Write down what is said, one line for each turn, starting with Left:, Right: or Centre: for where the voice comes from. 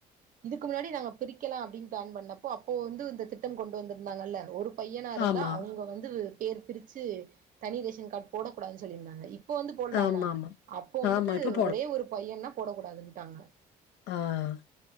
Right: இதுக்கு முன்னாடி நாங்க பிரிக்கலா அப்டின்னு பிளான் பண்ணப்போ அப்போ வந்து இந்த திட்டம் கொண்டு வந்திருந்தாங்கல்ல ஒரு பையனா இருந்தா
Left: ஆமா
Right: அவங்க வந்து பேர் பிரிச் சி தனி ரேஷன் கார்ட் போட கூடாதுன் சொல்லிருந்தாங்க இப் இப்ப வந்து போடலாமா
Left: ஆமா ஆமா
Right: அப்போ வந்துட்டு
Left: ஆமா இப்ப
Right: ஒரே ஒரு பையன்னா போட கூடாதுன்ட்டாங்க
Left: ஆஹ்